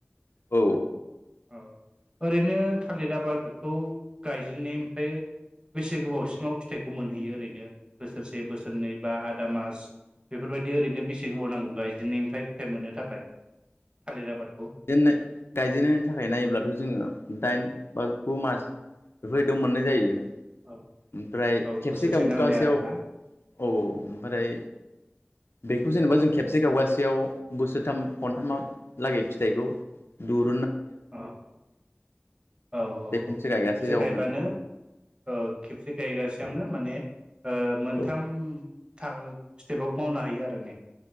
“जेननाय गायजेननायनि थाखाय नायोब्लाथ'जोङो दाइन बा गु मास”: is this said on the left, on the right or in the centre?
Left